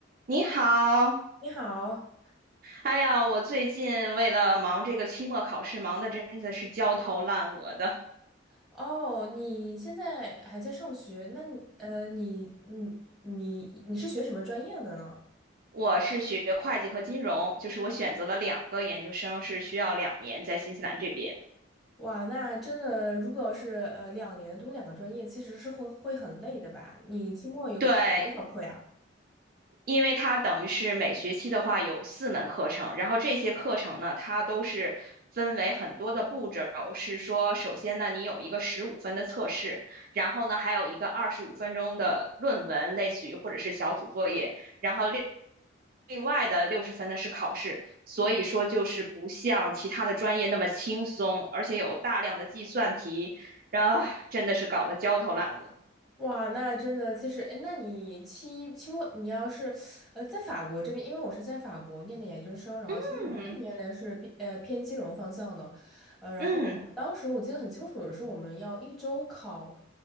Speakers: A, on the right (about 45°); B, in the centre.
A: 你好，
B: 你好，
A: 哎呀，我最近为了忙这个期末考试，忙的真的是焦头烂额的。
B: 哦，你现在还在上学？那你呃，你你你你是学什么专业的呢？
A: 我是学会计和金融，就是我选择了两个研究生，是需要两年在新西兰这边。
B: 哇，那真的，如果要是呃两年读两个专业，其实是会会很累的吧？你期末有考多少课呀？
A: 对，因为它等于是每学期的话有四门课程，然后这些课程呢，它都是分为很多的步骤，是说首先呢，你有一个十五分的测试，然后呢，还有一个二十五分钟的论文，类似于或者是小组作业，然后另另外的六十分呢是考试，所以说就是不像其他的专业那么轻松，而且有大量的计算题，然后真的是搞得焦头烂额。
B: 哇，那真的其实，哎，那你期期末你要是，呃，在法国这边，因为我是在法国念的研究生，然后其实我那年的是偏呃偏金融方向的，
A: 嗯
B: 呃，然后我们当时我记得很清楚的是，
A: 嗯。
B: 我们要一周考